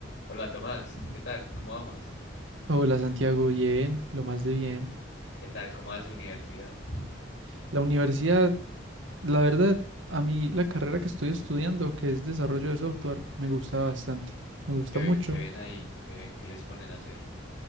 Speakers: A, on the left; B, on the right.
A: Hola Tomás, ¿qué tal? ¿Cómo vamos?
B: Hola Santiago, bien, lo más de bien.
A: ¿Qué tal? ¿Cómo va esa universidad?
B: La universidad, la verdad, a mí la carrera que estoy estudiando, que es desarrollo de software, me gusta bastante, me gusta
A: ¿Qué, ve-
B: mucho.
A: qué ven ahí? ¿Qué ven? ¿Qué les ponen a hacer?